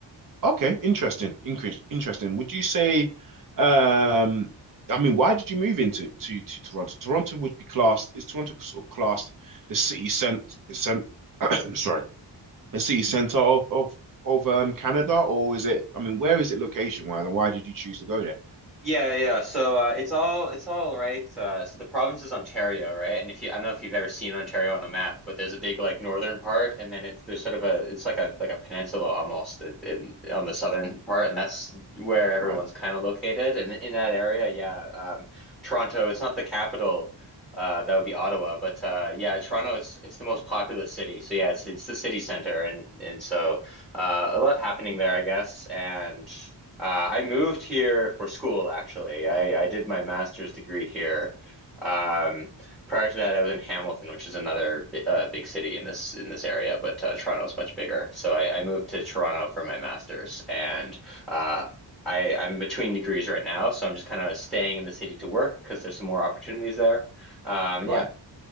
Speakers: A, on the right; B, in the centre.
A: Okay, interesting. Increase, interesting. Would you say, um, I mean, why did you move into to to Toronto? Toronto would be classed, is Toronto sort of classed the city cent, cent <coughs> <clears throat> sorry, the city center of of of um Canada, or is it? I mean, where is it location wise, and why did you choose to go there?
B: Yeah, yeah. So uh, it's all it's all right. Uh, so the province is Ontario, right? And if you, I don't know if you've ever seen Ontario on a map, but there's a big like northern part, and then it's there's sort of a it's like a like a peninsula almost in, on the southern part, and that's where everyone's
A: Right,
B: kind of located. And in that area, yeah, um, Toronto. It's not the capital. Uh, that would be Ottawa, but uh, yeah, Toronto. It's it's the most populous city. So yeah, it's it's the city center, and and so uh, a lot happening there, I guess, and. Uh, I moved here for school, actually. I, I did my master's degree here. Um, prior to that, I was in Hamilton, which is another bi- uh, big city in this in this area, but uh, Toronto is much bigger. So I, I moved to Toronto for my master's, and uh, I, I'm between degrees right now, so I'm just kind of staying in the city to work because there's some more opportunities there. Um,
A: right.
B: yeah.